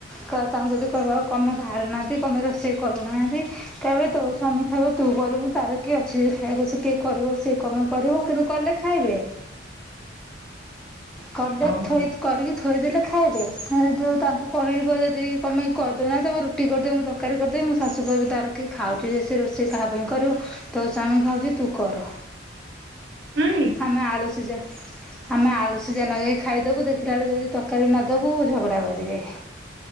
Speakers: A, in the centre; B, on the right.
A: କ ତାଙ୍କୁ ଯଦି କହିବ କ ପାଇଁ ବାହାରୁ ନାହାନ୍ତି, କ ମାଇ ରୋଷେଇ କରୁନାହାନ୍ତି। କଇବେ ତୋ ସ୍ୱାମୀ ଖାଇବ ତୁ କରିବୁ, ତାର କିଏ ଅଛି ଯେ ଖାଇବାକୁ ସେ କିଏ କରିବ, ସିଏ କ ପାଇଁ କରିବ। କିନ୍ତୁ କଲେ ଖାଇବେ। କଲେ
B: ଓହୋ
A: ଥୋଇଦ୍ କରିକି ଥୋଇଦେଲେ ଖାଇବେ, ମୁଁ ଯୋଉ ତାଙ୍କୁ କହିବ ଯଦି କ ପାଇଁ କରିଦବା, ତମେ ରୁଟି କରଦିଅ, ମୁଁ ତକ୍ ତର୍କା ରି କରିଦେବି, ମୋ ଶାଶୁ କହିବେ ତାର କିଏ ଖାଉଚି ଯେ, ସେ ରୋଷେଇ କାହା ପାଇଁ କରିବ। ତୋ ସ୍ବାମୀ ଖାଉଚି, ତୁ କର।
B: ନାଇଁ କି?
A: ଆମେ ଆଳୁସିଜା, ଆମେ ଆଳୁ ସିଜା ନଗେଇ ଖାଇଦବୁ, ଦେଖିଲା ବେଳୁ ଯଦି ତର୍କାରୀ ନ ଦେବୁ ଝଗଡ଼ା କରିବେ।